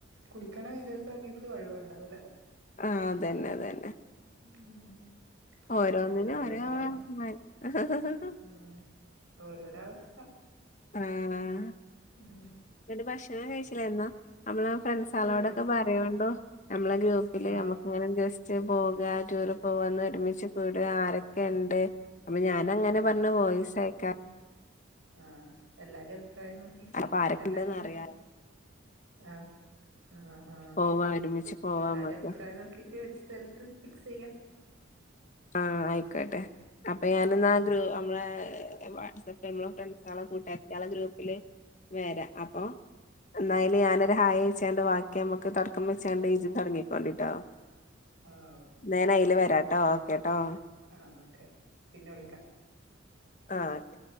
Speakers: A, on the right; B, on the left.
A: കുളിക്കണം വിചാരിച്ചാ സമയത്ത് വെള്ളം ഉണ്ടാവൂല.
B: ആഹ് അതന്നെ അതന്നെ.
A: <unintelligible>
B: ഓരോന്നിനും
A: ഓരോരോ
B: ഓരോ
A: കാലം
B: <unintelligible>
A: ഉം ഓരോര അവസ്ഥ.
B: ആഹ്
A: ഏ
B: എന്നട്ട് ഭക്ഷണം കഴിച്ചില്ല എന്നാ നമ്മള ഫ്രണ്ട്സ് ആളോടൊക്കെ
A: ആഹ് കഴിച്ചു
B: പറയോണ്ടോ നമ്മളെ ഗ്രൂപ്പില്
A: ആഹ്
B: നമ്മ അങ്ങനെ ജസ്റ്റ് പോക ടൂറ് പോവാന്ന് ഒരുമിച്ച് കൂട ആരൊക്കെ ഇണ്ട്. അപ്പൊ ഞാൻ അങ്ങനെ പറഞ്ഞ വോയിസ്സയക്കാ.
A: ആഹ് എല്ലാരും അഭിപ്രായം നോക്കീട്ട്
B: അപ്പൊ ആരൊക്കെ
A: എല്ലാർക്കും
B: ഉണ്ടെന്ന് അറിയാം
A: ആഹ്. ആഹ് ആഹ്ആഹ്
B: പോവാ ഒരുമിച്ച് പോവാ
A: എല്ലാരും
B: നമ്മക്ക്
A: അഭിപ്രായം നോക്കിട്ട് ഒരു സ്ഥലത്ത് ഫിക്സ് ചെയ്യാ
B: ആഹ് ആയിക്കോട്ടെ അപ്പൊ ഞാനന്ന
A: ആഹ്
B: ഗ്രൂ നമ്മള. വാട്സപ്പ് നമ്മ ഫ്രണ്ട്സ ആള കൂട്ടാതിആളെ ഗ്രൂപ്പില് വരാ അപ്പൊ. എന്നായാല് ഞാനൊരു ഹായ വെച്ചാണ്ട് വാക്കി നമുക്ക് തുടക്കം വെച്ചാണ്ട് ഇജും തുടങ്ങിക്കോണ്ടിട്ടോ.
A: ആഹ് ഓക്കെ
B: ന്നാന്
A: ഓക്കെ
B: അയിലെ വരാട്ടോ ഓക്കേട്ടോ.
A: ആഹ് ഓക്കെ പിന്നെ വിളിക്കാ
B: ആഹ് തെ